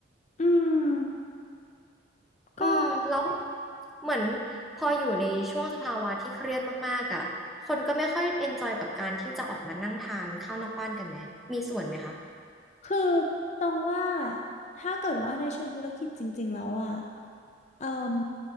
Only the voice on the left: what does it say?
อืมก็
คือตองว่าถ้าเกิดว่าในเชิงธุรกิจจริงๆแล้วอ่ะเอ่ม